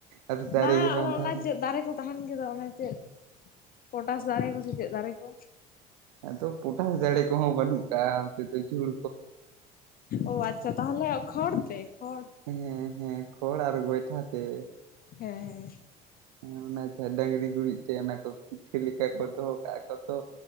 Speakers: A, on the right; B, on the left.
A: ᱟᱫᱚ ᱫᱟᱨᱮ
B: ᱵᱟ
A: ᱜᱮ ᱵᱟᱝ
B: ᱚᱱᱮ
A: ᱛᱟᱦᱮᱱᱟ
B: ᱚᱱᱟ ᱪᱮᱫ ᱫᱟᱨᱮ ᱠᱚ ᱛᱟᱦᱮᱱ ᱜᱮᱫᱚ ᱚᱱᱟ ᱪᱮᱫ? ᱯᱚᱴᱟᱥ ᱫᱟᱨᱮ ᱠᱚ ᱥᱮ ᱪᱮᱜ ᱫᱟᱨᱮ ᱠᱚ᱾
A: ᱟᱫᱚ ᱯᱚᱴᱟᱥ ᱡᱟᱲᱮ ᱠᱚᱦᱚᱸ ᱵᱟᱹᱱᱩᱜ ᱠᱟᱜ-ᱟ ᱱᱚᱛᱮ ᱫᱚ ᱡᱷᱩᱲᱼᱼ
B: ᱳ ᱟᱪᱪᱷᱟ ᱛᱟᱦᱚᱞᱮ‌ ᱠᱷᱚᱲ ᱛᱮ ᱠᱷᱚᱲᱼᱼ
A: ᱦᱮᱸ ᱦᱮᱸ ᱠᱷᱚᱲ ᱟᱨ ᱜᱚᱭᱴᱷᱟ ᱛᱮ᱾
B: ᱦᱮᱸ ᱦᱮᱸ᱾
A: ᱦᱮᱸ ᱚᱱᱟ ᱡᱟᱦᱟᱸ ᱰᱟᱹᱝᱨᱤ ᱜᱩᱨᱤᱡ ᱛᱮ ᱚᱱᱟ ᱠᱚ ᱯᱤᱴᱷᱟᱹ ᱞᱮᱠᱟ ᱠᱚᱼᱼ ᱫᱚᱦᱚ ᱠᱟᱜ-ᱟ ᱠᱚ ᱛᱚ